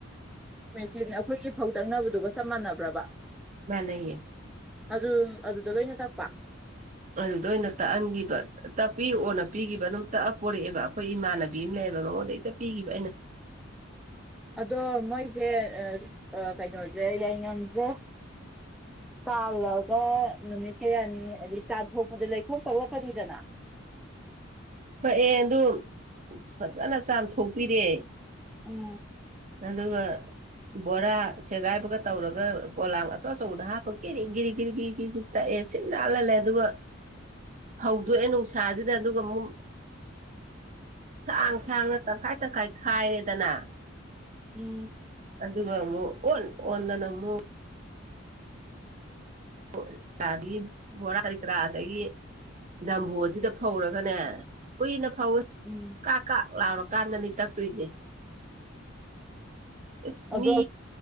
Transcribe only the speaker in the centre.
ꯃꯦꯆꯤꯟ ꯑꯩꯈꯣꯏꯒꯤ ꯐꯧ ꯇꯛꯅꯕꯗꯨꯒ ꯆꯞ ꯃꯥꯟꯅꯕ꯭ꯔꯥꯕ
ꯑꯗꯨꯝ ꯑꯗꯨꯗ ꯂꯣꯏꯅ ꯇꯛꯄ
ꯑꯗꯣ ꯃꯣꯏꯖꯦ ꯑꯥ ꯑꯥ ꯀꯩꯅꯣꯖꯦ ꯌꯥꯏꯉꯪꯖꯦ ꯇꯥꯜꯂꯒ ꯅꯨꯃꯤꯠ ꯀꯌꯥꯅꯤ ꯑꯗꯤ ꯇꯥꯟꯊꯣꯛꯄꯖꯦ ꯂꯩꯈꯣꯝ ꯄꯛꯂꯛꯀꯅꯤꯗꯅ
ꯎꯝ
<inaudible>
ꯎꯝ
ꯎꯝ
ꯑꯗꯣ